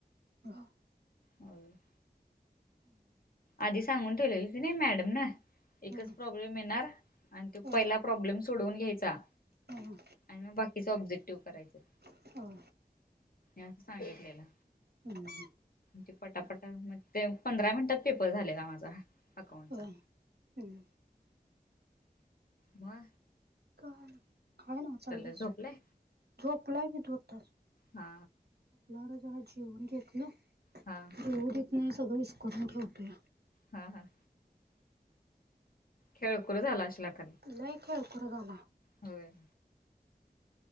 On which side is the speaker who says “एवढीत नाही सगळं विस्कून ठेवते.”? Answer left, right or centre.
Right